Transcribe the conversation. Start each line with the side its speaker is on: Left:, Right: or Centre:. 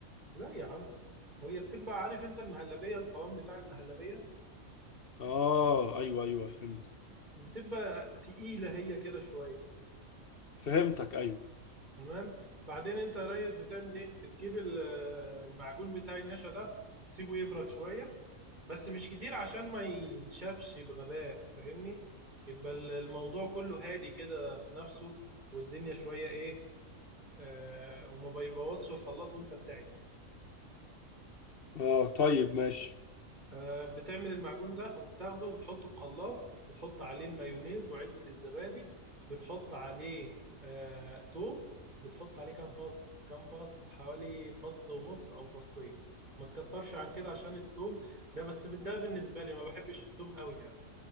Right: لا يا عم هي بتبقى عارف انت المهلبية القوام بتاع المهلبية
Left: اه ايوه ايوه فهمت
Right: بتبقى تقيلة هي كده شوية
Left: فهمتك ايوه
Right: تمام بعدين انت يا ريس بتعمل ايه بتجيب ال- المعجون بتاع النشا ده بتسيبه يبرد شوية بس مش كتير عشان ما ينشفش بغباء فاهمني يبقى ال- الموضوع كله هادي كده في نفسه والدنيا شوية ايه آه وما بيبوظش الخلاط وانت بتعجن
Left: اه طيب ماشي
Right: آه، بتعمل المعجون ده وبتاخده وبتحطه في خلاط بتحط عليه المايونيز وعلبة الزبادي بتحط عليه آه، توم بتحط عليه كام فص كام فص حوالي فص ونص او فصين ما تكترش عن كده عشان التوم ده بس ده بالنسبة لي ما بحبش التوم قوي يعني